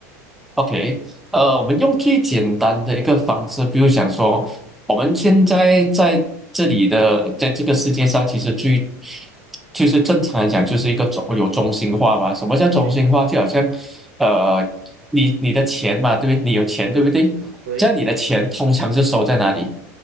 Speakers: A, in the centre; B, on the right (about 80°).
A: OK，呃，我们用最简单的一个方式，比如想说，我们现在在这里的，在这个世界上，其实最就是正常来讲，就是一个中有中心化吧。什么叫中心化？
B: 对，
A: 就好像，呃，你你的钱嘛，对不对？你有钱，
B: 是，
A: 对不对？
B: 对，
A: 这样你的钱通常是收在哪里？